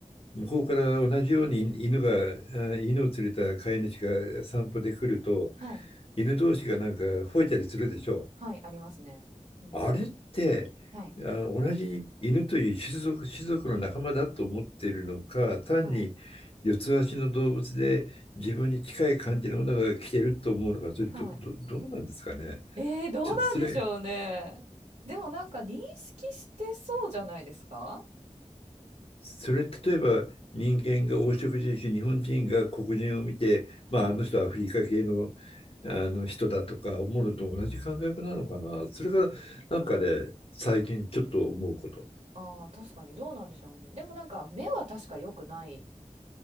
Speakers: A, on the left; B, on the right.
A: 向こうから同じように犬が、あ犬を連れた飼い主が散歩で来ると、
B: はい。
A: 犬同士がなんか吠えたりするでしょ
B: はい。ありますね。うんうん。
A: あれって、
B: はい。
A: あ、同じ犬という種族、種族の仲間だと思っているのか、単に四つ足の動物で自分に近い感じのものが来てると思うのか、
B: はい。
A: それど、
B: はい。
A: ど、どうなんですかね。
B: ええ、どうなんでしょうね。
A: ちょっとそれ、
B: でもなんか認識してそうじゃないですか？
A: それ例えば人間が黄色人種、日本人が黒人を見て、
B: はい。
A: まあ、あの人はアフリカ系の、あの人だとか思うのと同じ感覚なのかな。
B: うんうん。
A: それからなんかね、最近ちょっと思うこと。
B: ああ、確かにどうなんでしょうね。でもなんか目は確か良くない